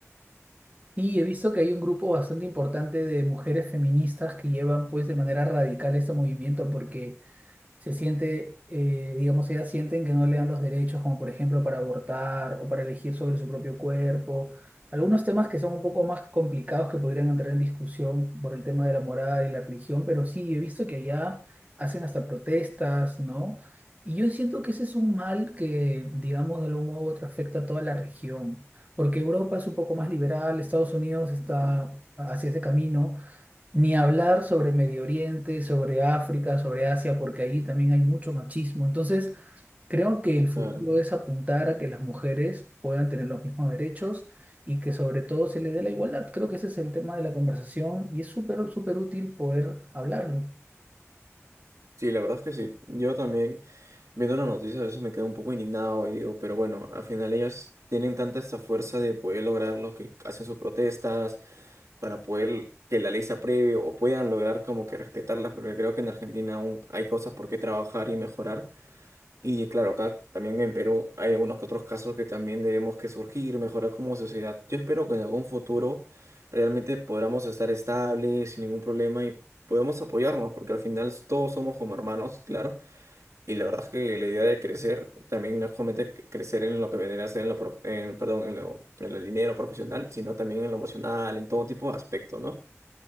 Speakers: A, on the right (about 30°); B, on the right (about 80°).
A: Y he visto que hay un grupo bastante importante de mujeres feministas que llevan pues de manera radical este movimiento porque se siente, eh, digamos, ellas sienten que no le dan los derechos, como por ejemplo para abortar o para elegir sobre su propio cuerpo. Algunos temas que son un poco más complicados que podrían entrar en discusión por el tema de la moral y la religión, pero sí, he visto que allá hacen hasta protestas, ¿no? Y yo siento que ese es un mal que, digamos, de algún modo u otro afecta a toda la región, porque Europa es un poco más liberal, Estados Unidos está hacia ese camino, ni hablar sobre Medio Oriente, sobre África, sobre Asia, porque allí también hay mucho machismo. Entonces, creo que el futuro
B: Claro.
A: es apuntar a que las mujeres puedan tener los mismos derechos y que sobre todo se les dé la igualdad. Creo que ese es el tema de la conversación y es súper, súper útil poder hablarlo.
B: Sí, la verdad es que sí. Yo también, viendo las noticias, a veces me quedo un poco indignado y digo, pero bueno, al final ellas tienen tanta esa fuerza de poder lograr lo que hacen sus protestas, para poder que la ley se apruebe o puedan lograr como que respetarlas, porque creo que en Argentina aún hay cosas por qué trabajar y mejorar. Y claro, acá también en Perú hay algunos que otros casos que también debemos que surgir, mejorar como sociedad. Yo espero que en algún futuro realmente podamos estar estables, sin ningún problema y podemos apoyarnos, porque al final todos somos como hermanos, claro. Y la verdad es que la idea de crecer también no es solamente cre- crecer en lo que vendría a ser en lo, prof- en- perdón, en lo, en lo dinero profesional, sino también en lo emocional, en todo tipo de aspecto, ¿no?